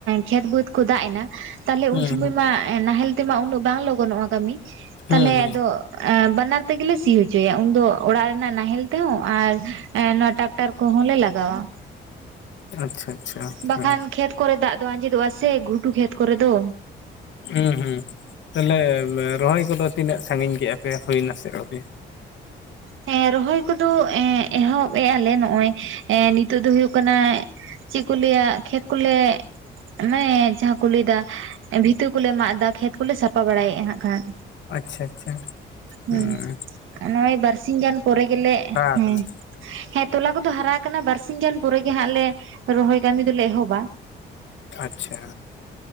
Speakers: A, on the right; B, on the left.
A: ᱠᱷᱮᱛ ᱵᱟᱹᱫᱽ ᱠᱚ ᱫᱟᱜ ᱮᱱᱟ ᱛᱟᱦᱚᱞᱮ
B: ᱦᱩᱸ
A: ᱩᱱ ᱥᱩᱢᱚᱭ ᱢᱟ ᱱᱟᱦᱮᱞ ᱛᱮᱢᱟ ᱩᱱᱟᱹᱜ ᱵᱟᱝ ᱞᱚᱜᱚᱱᱚᱜᱼᱟ ᱠᱟᱹᱢᱤ
B: ᱦᱩᱸ
A: ᱛᱟᱦᱚᱞᱮ
B: ᱦᱩᱸ
A: ᱟᱫᱚ ᱮ ᱵᱟᱱᱟᱨ ᱛᱮᱜᱮ ᱞᱮ ᱥᱤ ᱦᱚᱪᱚᱭᱟ ᱩᱱᱫᱚ ᱚᱲᱟᱜ ᱨᱮᱱᱟᱜ ᱱᱟᱦᱮᱞ ᱛᱮᱦᱚᱸ ᱟᱨ ᱮ ᱱᱚᱶᱟ ᱴᱨᱟᱠᱴᱟᱨ ᱠᱚᱦᱚᱸ ᱞᱮ ᱞᱟᱜᱟᱣ-ᱟ᱾
B: ᱟᱪᱪᱷᱟ ᱟᱪᱪᱷᱟ
A: ᱵᱟᱠᱷᱟᱱ
B: ᱦᱮᱸ
A: ᱠᱷᱮᱛ ᱠᱚᱨᱮ ᱫᱟᱜ ᱫᱚ ᱟᱸᱡᱮᱫᱚᱜᱼᱟ ᱥᱮ ᱜᱷᱩᱴᱩ ᱠᱷᱮᱛ ᱠᱚᱨᱮ ᱫᱚ
B: ᱦᱩᱸ ᱦᱩᱸ ᱛᱟᱦᱚᱞᱮ ᱨᱚᱦᱚᱭ ᱠᱚᱫᱚ ᱛᱤᱱᱟᱹᱜ ᱥᱟᱹᱜᱤᱧ ᱠᱮᱜᱼᱟ ᱯᱮ ᱦᱩᱭ ᱱᱟᱥᱮ ᱟᱹᱣᱨᱤ
A: ᱦᱮᱸ ᱨᱚᱦᱚᱭ ᱠᱚᱫᱚ ᱮ ᱮᱦᱚᱵ ᱮᱫᱼᱟ ᱞᱮ ᱱᱚᱜᱼᱚᱭ ᱮ ᱱᱤᱛᱚᱜ ᱫᱚ ᱦᱩᱭᱩᱜ ᱠᱟᱱᱟ ᱪᱮᱫ ᱠᱚ ᱞᱟᱹᱭ-ᱟ ᱠᱷᱮᱛ ᱠᱚᱞᱮ ᱚᱱᱮ ᱡᱟᱦᱟᱸ ᱠᱚ ᱞᱟᱹᱭ ᱫᱟ ᱵᱷᱤᱛᱟᱹ ᱠᱚᱞᱮ ᱢᱟᱜ ᱮᱫᱟ ᱠᱷᱮᱛ ᱠᱚᱞᱮ ᱥᱟᱯᱷᱟ ᱵᱟᱲᱟᱭᱮᱫᱼᱟ ᱦᱟᱸᱜ ᱠᱷᱟᱱ
B: ᱟᱪᱪᱷᱟ ᱟᱪᱪᱷᱟ
A: ᱦᱩᱸ
B: ᱦᱮᱸ
A: ᱱᱚᱜᱼᱚᱭ ᱵᱟᱨᱥᱤ ᱜᱟᱱ ᱯᱚᱨᱮ ᱜᱮᱞᱮ
B: ᱟᱠᱟᱱᱟ
A: ᱦᱮᱸ ᱦᱮᱸ ᱛᱚᱞᱟ ᱠᱚᱫᱚ ᱦᱟᱨᱟ ᱟᱠᱟᱱᱟ ᱵᱟᱨᱥᱤ ᱜᱟᱱ ᱯᱚᱨᱮ ᱜᱮ ᱦᱟᱸᱜ ᱞᱮ ᱨᱚᱦᱚᱭ ᱠᱟᱹᱢᱤ ᱫᱚᱞᱮ ᱮᱦᱚᱵ-ᱟ᱾
B: ᱟᱪᱪᱷᱟ